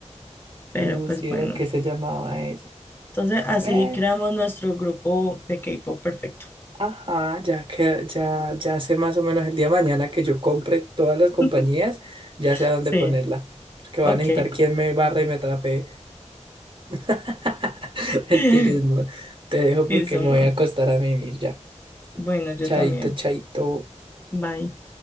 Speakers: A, on the left; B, on the right.
A: Pero
B: Susi
A: pues bueno.
B: era que se llamaba ella.
A: Entonces, así
B: Bueno,
A: creamos nuestro grupo de K-pop perfecto.
B: ajá, ya que ya, ya sé más o menos el día de mañana que yo compre todas las compañías,
A: <laughs>
B: ya sé a dónde
A: Sí,
B: ponerla. Porque
A: ok.
B: va a necesitar quien me barra y me trafe. <laughs>
A: <laughs>
B: Mentiras, amor. Te dejo porque
A: Listo,
B: me
A: amor.
B: voy a acostar a mimir ya.
A: Bueno, yo
B: Chaito,
A: también.
B: chaito.
A: Bye.